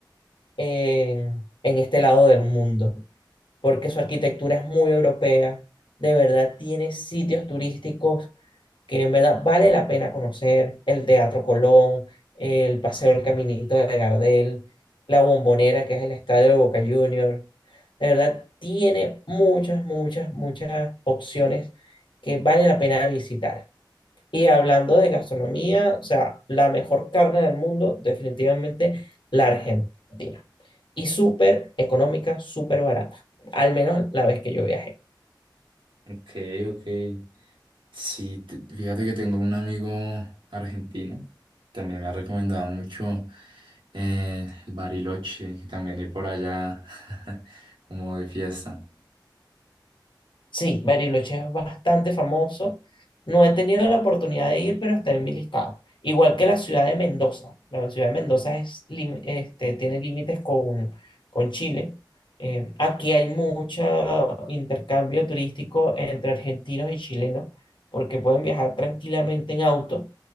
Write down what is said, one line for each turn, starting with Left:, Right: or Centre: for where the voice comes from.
Left: en, en este lado del mundo, porque su arquitectura es muy europea, de verdad tiene sitios turísticos que en verdad vale la pena conocer, el Teatro Colón, el Paseo del Caminito de Gardel, la Bombonera, que es el estadio de Boca Juniors. De verdad, tiene muchas, muchas, muchas opciones que vale la pena visitar. Y hablando de gastronomía, o sea, la mejor carne del mundo, definitivamente la Argentina. Y súper económica, súper barata, al menos la vez que yo viajé.
Right: Ok, ok. Sí, te- fíjate que tengo un amigo argentino. También me ha recomendado mucho eh, el Bariloche, que también ir por allá <laughs> como de fiesta.
Left: Sí, Bariloche es bastante famoso. No he tenido la oportunidad de ir, pero está en mi listado. Igual que la ciudad de Mendoza. La ciudad de Mendoza es, lim- este, tiene límites con, con Chile. Eh, aquí hay mucho intercambio turístico entre argentinos y chilenos, porque pueden viajar tranquilamente en auto